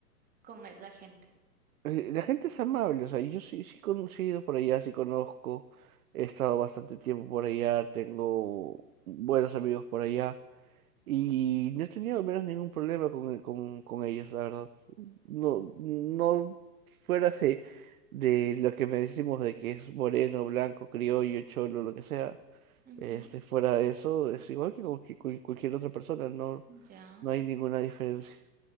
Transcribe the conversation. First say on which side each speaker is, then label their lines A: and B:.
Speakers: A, on the right; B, on the right.
A: ¿Cómo es la gente?
B: Eh, La gente es amable, o sea, yo sí, sí he conocido por allá, sí conozco, he estado bastante tiempo por allá, tengo buenos amigos por allá. Y no he tenido al menos ningún problema con, el- con, con ellos, la verdad. No, no fuera de, de lo que me decimos de que es moreno, blanco, criollo, cholo, lo que sea.
A: Ujú,
B: Este, fuera de eso, es igual que con cualquier, cual- cualquier otra persona, no,
A: Ya,
B: no hay ninguna diferencia.